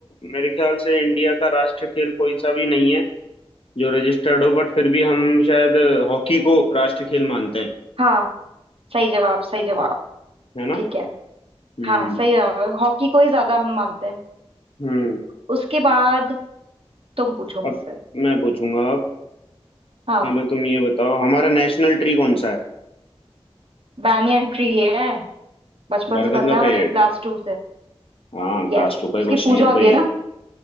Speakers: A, on the left (about 60°); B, on the right (about 65°).
A: मेरे ख्याल से इंडिया का राष्ट्र खेल कोई सा भी नहीं है जो रजिस्टर्ड हो बट फिर भी हम शायद हॉकी को राष्ट्र खेल मानते हैं
B: हाँ सही जवाब सही जवाब
A: है ना
B: ठीक है
A: हम्म
B: हाँ सही जवाब है हॉकी को ही ज्यादा हम मानते हैं
A: हम्म
B: उसके बाद तुम पूछो मुझसे
A: अब मैं पूछूंगा अब
B: हाँ
A: चलो तुम ये बताओ हमारा नेशनल ट्री कौन सा है
B: बनियन ट्री है बचपन
A: बरगद
B: से पता
A: का
B: है
A: पेड़
B: मुझे क्लास टू से
A: हाँ क्लास
B: यस
A: टू का क्वेश्चन
B: उसकी पूजा
A: है तो
B: होती
A: ये
B: है ना